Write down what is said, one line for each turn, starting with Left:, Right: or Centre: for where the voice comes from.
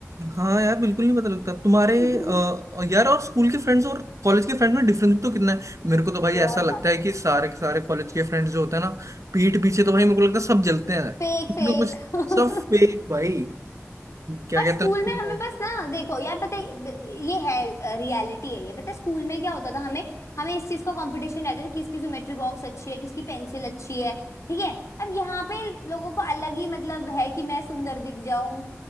Right: हाँ यार बिल्कुल नहीं पता लगता तुम्हारे
Left: <laughs>
Right: अ, यार और स्कूल के फ्रेंड्स और कॉलेज के फ्रेंड्स में डिफरेंस तो कितना है मेरे को तो भाई
Left: बहुत
Right: ऐसा लगता
Left: ज्यादा
Right: है कि सारे के सारे कॉलेज के फ्रेंड्स जो होते हैं ना पीठ पीछे तो भाई मेरे को लगता है सब जलते हैं
Left: Fake
Right: कुछ
Left: fake
Right: ना कुछ
Left: <laughs>
Right: सब फेक भाई क्या
Left: और
Right: कहते
Left: स्कूल
Right: हैं उसको
Left: में हमें बस ना देखो यार पता है ब- ये है रियलिटी है ये पता है स्कूल में क्या होता था हमें हमें इस चीज का कंपटीशन रहता था किसकी ज्योमेट्री बॉक्स अच्छी है किसकी पेंसिल अच्छी है ठीक है अब यहाँ पे लोगों को अलग ही मतलब है कि मैं सुंदर दिख जाऊं